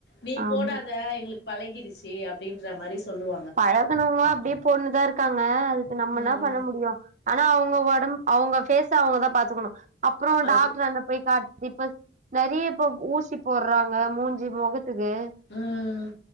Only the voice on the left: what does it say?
நீ
போடாத எங்களுக் பழகிரிச்சு அப்படின்ற மாரி சொல்லுவோம்
ம்
அது
ம்